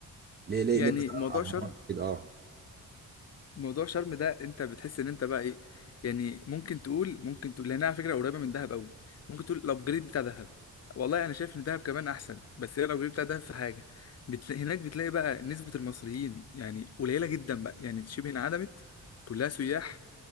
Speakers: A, on the right; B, on the left.
A: ليه ليه
B: يعني
A: ليه مثلا
B: موضوع
A: أعمار
B: شرم
A: كده أه
B: موضوع شرم ده انت بتحس ان انت بقى ايه يعني ممكن تقول ممكن تقول لانها على فكره قريبه من دهب قوي ممكن تقول الابجريد بتاع دهب والله انا شايف ان دهب كمان احسن بس هي الابجريد بتاع دهب في حاجه بتلا... هناك بتلاقي بقى نسبه المصريين يعني قليله جدا بقى يعني شبه انعدمت كلها سياح